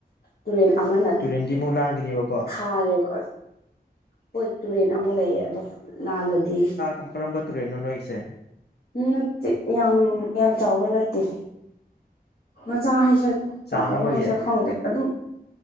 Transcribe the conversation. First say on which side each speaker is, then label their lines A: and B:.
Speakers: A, on the left; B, on the left.
A: ꯇꯨꯔꯦꯟ ꯑꯃꯅ
B: ꯇꯨꯔꯦꯟꯗꯤ ꯑꯃꯨꯛ ꯂꯥꯟꯒꯅꯦꯕꯀꯣ
A: ꯈꯥꯔꯦꯕ ꯍꯣꯏ ꯇꯨꯔꯦꯟ ꯑꯃ ꯂꯩꯌꯦ ꯑꯗꯨ ꯂꯥꯜꯂꯗꯤ
B: ꯎꯝ ꯀꯔꯝꯕ ꯇꯨꯔꯦꯟꯅꯣ ꯅꫭꯏꯉꯤꯁꯦ
A: ꯅꯠꯇꯦ ꯌꯥꯝ ꯌꯥꯝ ꯆꯥꯎꯕ ꯅꯠꯇꯦ ꯃꯆꯥ ꯍꯥꯏꯁꯤꯔ
B: ꯆꯥꯡ
A: ꯆꯥꯎꯕ
B: ꯑꯃꯒꯤ
A: ꯍꯥꯏꯁꯤꯔ ꯈꯪꯗꯦ ꯑꯗꯨꯝ